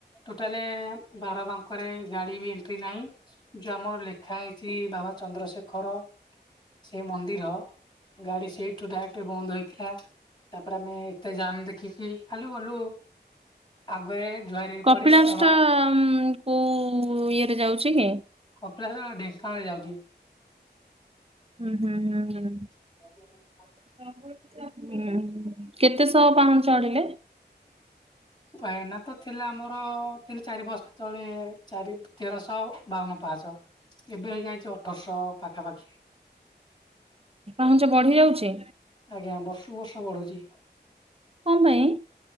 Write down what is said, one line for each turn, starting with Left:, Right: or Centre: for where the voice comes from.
Left: ଟୋଟାଲେ ବାର ପାଉ ଖରେ ଗାଡି ବି ଏଣ୍ଟ୍ରି ନାହିଁ। ଯୋଉ ଆମର ଲେଖା ହେଇଛି ବାବା ଚନ୍ଦ୍ରଶେଖର ସେ ମନ୍ଦିର, ଗାଡି ସେଇଠୁ ଡାଇରେକ୍ଟ ବନ୍ଦ ହେଇଥିଲା। ତାପରେ ଆମେ ଏତେ ଯାମ୍ ଦେଖିକି, ଖାଲୁ ଗଲୁ ଆଗରେ ଜୁଆର ହେଇ
Right: କପିଳାସ
Left: ପଡି ବାବା
Right: ଟା ଉମ କଉ ଇଏରେ ଯାଉଛି କି?
Left: କପିଳାସ ଟା ଢେଙ୍କାନାଳରେ ଯାଉଛି।
Right: ହୁଁ ହୁଁ ହୁଁ ହୁଁ।
Left: <unintelligible>
Right: ହୁଁ ହୁଁ କେତେ ଶହ ପାହାଁଚ ଚଢିଲେ?
Left: ପାଇନା ତ ଥିଲା ଆମର ତିନି ଚାରି ବର୍ଷ ତଳେ ଚାରି ତେରଶହ ବାବନ ପାହାଚ। ଏବେ ହେଇଯାଇଛି ଅଠରଶହ ପାଖାପାଖି।
Right: ପାହଞ୍ଚ ବଢି ଯାଉଛି?
Left: ଆଜ୍ଞା ବର୍ଷ କୁ ବର୍ଷ ବଢୁଛି।
Right: କଣ ପାଇଁ?